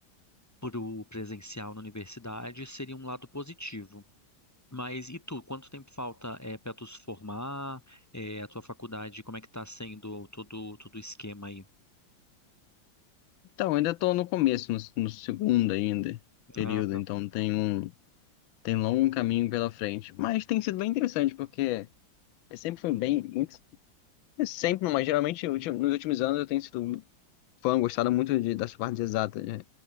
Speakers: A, on the left (about 20°); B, on the left (about 80°).
A: pro presencial na universidade, seria um lado positivo. Mas e tu, quanto tempo falta é, para tu se formar? É, a tua faculdade, como é que tá sendo todo, todo o esquema aí?
B: Então, ainda estou no começo, no, no segundo ainda, período,
A: Ah, tá.
B: então tem um, tem longo caminho pela frente, mas tem sido bem interessante, porque eu sempre foi bem, muito Sempre, mas geralmente ulti- nos últimos anos eu tenho sido fã, gostado muito de, das partes exatas, né?